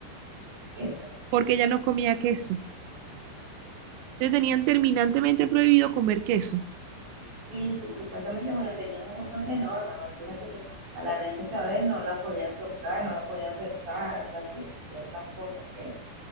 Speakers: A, on the right; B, on the right.
A: que eso.
B: porque ella no comía queso. Le tenían terminantemente prohibido comer queso.
A: Sí, sí, supuestamente, bueno, tenían un montón de normas, pues, fíjate que a la reina Isabel no la podían tocar, no la podían besar, o sea, cier- ciertas cosas que,